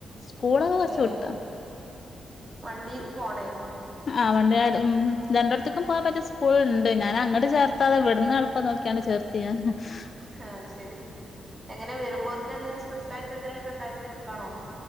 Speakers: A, on the left (about 50°); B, on the right (about 25°).
A: സ്കൂളൊക്കെ കുറച്ച്
B: ഏ
A: വിട്ടാ
B: വണ്ടി പോണേക്കും
A: ആ വണ്ടി ഉം രണ്ട് ഓടത്ത് ക്കും പോവാൻ പറ്റിയ സ്കൂൾ ഉണ്ട് ഞാൻ അങ്ങട്ട് ചേർത്താതെ ഉവിടുന്ന് എളുപ്പം നോക്കിയാണ്ട് ചേർത് <unintelligible>
B: ആഹ് ശെരി എങ്ങനെ വരുമ്പോത്തിന് എന്തേലും സ്പെഷ്യൽ ആയിട്ട് എന്തേങ്കലുമൊക്കെ ഉണ്ടാക്കി വെക്കാണോ